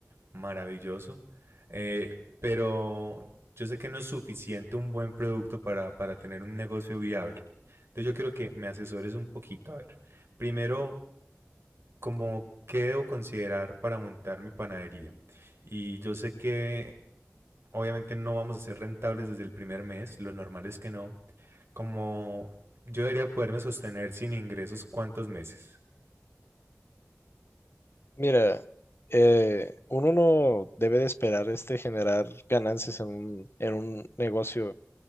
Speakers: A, on the right; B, on the left.
A: maravilloso, eh, pero yo sé que no es suficiente un buen producto para, para tener un negocio viable. Entonces yo quiero que me asesores un poquito. A ver, primero, como, ¿qué debo considerar para montar mi panadería? Y yo sé que obviamente no vamos a ser rentables desde el primer mes, lo normal es que no. Como yo debería poderme sostener sin ingresos cuántos meses.
B: Mira, eh, uno no debe de esperar este generar ganancias en un, en un negocio,